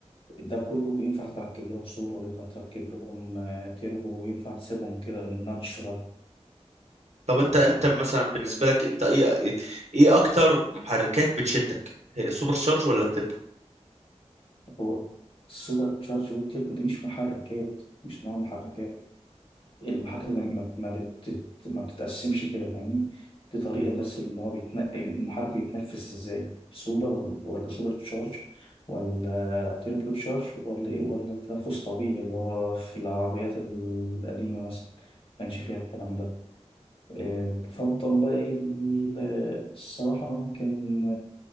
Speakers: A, on the left; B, on the right.
A: ده كله ينفع تركب لهم سوبر ينفع تركب لهم آه، تربو وينفع تسيبهم كده ناتشرال
B: طب انت انت مثلا بالنسبه لك انت ايه ايه اكتر محركات بتشدك هي السوبر تشارج ولا التربو
A: هو السوبر تشارج والتربو دي مش محركات مش نوع محركات المحاكاة ما ما- ما بتت... ما بتتقسمش كده فاهمني دي طريقة بس اللي هو بيتنقل المحرك بيتنفس ازاي سوبر ولا سوبر تشارج ولا تيربو تشارج ولا ايه ولا تنفس طبيعي اللي هو في العربيات القديمة مثلا ما كانش فيها الكلام ده آه، بفضل بقى ايه ال- الصراحة ممكن